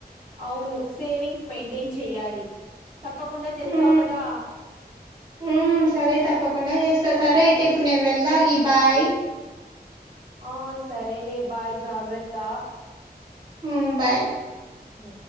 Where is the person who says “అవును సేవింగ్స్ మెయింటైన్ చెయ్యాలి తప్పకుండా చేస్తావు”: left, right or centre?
Right